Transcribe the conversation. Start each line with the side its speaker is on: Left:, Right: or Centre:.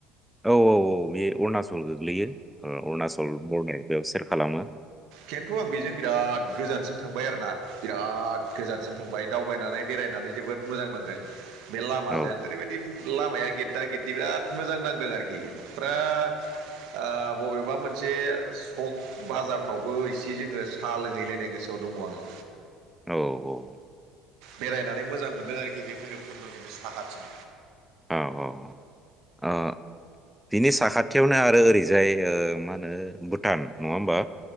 Centre: औ औ औ बे अरुणाचल गोग्लैयो अरुणचल बरडार बेयाव सेर खालामो।
Right: खिन्थु आं बेजों बिराद गोजानसिम थांबाय आरोना बिराद गोजानसिम थांबाय दावबायनानै बेरायनानै जोबोद मोजां नांदों। बे लामाजों
Centre: औ
Right: ओरैबायदि लामाया गेददा गेददि बिराद मोजां नांदों आरोखि फुरा आ बबेबा मोनसे सक बाजार फ्रावबो इसे जोङो साहा लोंहैलायनाय गोसोआव दङ आङो।
Centre: औ औ
Right: बेरायनानै मोजां मोन्दों आरोखि बे भैरबखुन्दनि बे साहाथिं।
Centre: औ औ ओ। बिनि साखाथियावनो आरो ओरैजाय ओ मा होनो भुटान नङा होमबा।